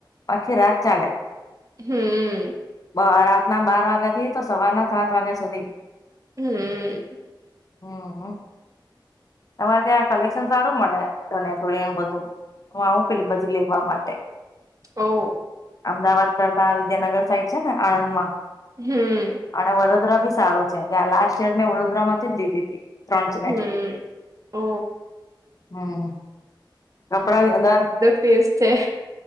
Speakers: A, on the left; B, on the right.
A: આખી રાત ચાલે.
B: હમ્મ.
A: બ રાતના બાર વાગ્યા થી તો સવારના સાત વાગ્યા સુધી.
B: હમ્મ.
A: હમ્મ-હમ્મ. તમારે ત્યાં કલેક્શન સારું મળે ચણિયા ચોળીને બધું હું આવું. એટલે પછી લેવા માટે.
B: ઓવ.
A: અમદાવાદ કરતા વિદ્યાનગર સાઈડ છે ને આણંદમાં.
B: હમ્મ.
A: અને વડોદરા બી સારું છે, ગ લાસ્ટ યર મેં વડોદરામાંથી જ લીધી તી. ત્રણ જણા
B: હમ
A: જોડે.
B: ઓ
A: હમ્મ કપડા એલાર
B: પેસ્ટ છે.